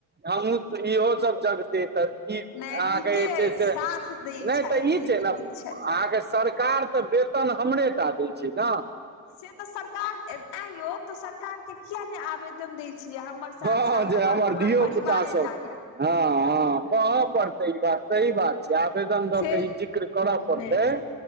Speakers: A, on the right (about 20°); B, on the left (about 65°).
A: हमहु स इहो सब जग तै त ई
B: नहि
A: अहांके
B: नीके
A: जे छै से
B: साथ दै
A: नहि
B: छथि
A: तऽ ई
B: लेकिन
A: छै न
B: नीक छथि
A: अहांके सर कार तऽ वेतन हमरे टा दै छै न
B: से तऽ सरकार एं यौ तऽ सरकार के किया नै आवेदन दै छियै हमर साथ
A: हं हं
B: साथ
A: हं जे हमर
B: पूरा
A: धियो
B: परिवारे
A: पुता सब
B: जागे
A: हं हं कहऽ पड़तै ई बात सही बात जाबे आवेदन दऽ
B: से
A: केऽ ई जिक्र करऽ
B: नहि
A: पड़तै